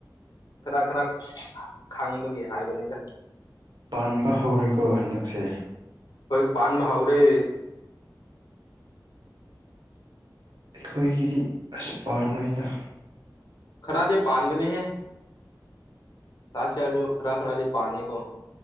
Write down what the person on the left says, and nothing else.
ꯈꯔ ꯈꯔ ꯈꯪꯕꯒꯤ ꯍꯥꯏꯕꯅꯤꯗ
ꯍꯣꯏ ꯄꯥꯟꯕ ꯍꯧꯔꯦ
ꯈꯔꯗꯤ ꯄꯥꯡꯒꯅꯤꯍꯦ ꯂꯥꯁ ꯌꯔꯁꯨ ꯈꯔ ꯈꯔꯗꯤ ꯄꯥꯅꯦ ꯀꯣ